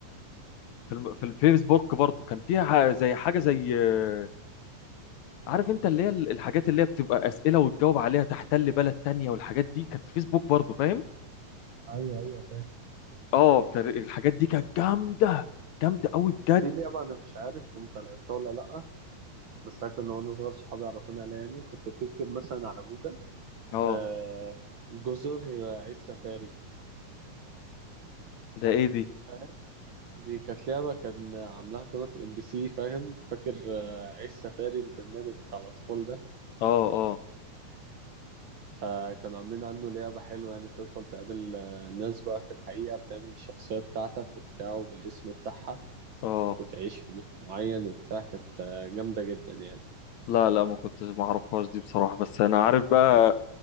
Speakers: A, on the left; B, on the right.
A: في الم- في الفيسبوك برضو كان فيها ح- زي حاجة زي آه، عارف انت اللي هي ال- الحاجات اللي هي بتبقى أسئلة وتجاوب عليها تحتل بلد تانية والحاجات دي كانت في فيسبوك برضو فاهم
B: ايوه ايوه فاكر
A: اه كان- الحاجات دي كانت جامدة جامدة قوي بجد
B: في لعبة أنا مش عارف أنت لعبتها ولا لأ بس أنا كنا وأنا صغير صحابي عرفوني عليها يعني كنت بتكتب مثلا على جوجل
A: اه
B: آه جزر عيش سفاري
A: ده ايه دي
B: فاهم دي كانت لعبة كان عاملاها قناة ام بي سي فاهم فاكر آه، عيش سفاري البرنامج بتاع الأطفال ده
A: اه اه
B: فكانوا عاملين عنه لعبة حلوة يعني بتدخل تقابل آه، ناس بقى في الحقيقة بتعمل الشخصية بتاعتك وبتاعه بالاسم بتاعها
A: اه
B: وتعيش في بيت معين وبتاع كانت آه، جامدة جدا يعني
A: لا لا ما كنتش ما اعرفهاش دي بصراحة بس انا عارف بقى